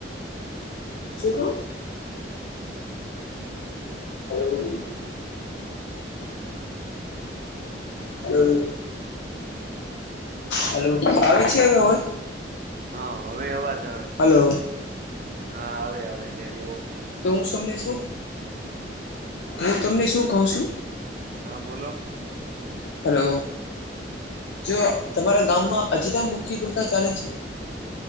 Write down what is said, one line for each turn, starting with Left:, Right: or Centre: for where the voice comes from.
Left: શુકામ? હલો હલો હલો આવી છે હવે અવાજ?
Right: હા હવે અવા જ આવે છે,
Left: હલો
Right: હા આવે આવે રેડી ઓકે.
Left: તો હું તમને શું, હું તમને શું કઉ છું.
Right: હા બોલો.
Left: હલો જો તમારા ગામમાં અજીતા મુખી પ્રથા ચાલે છે.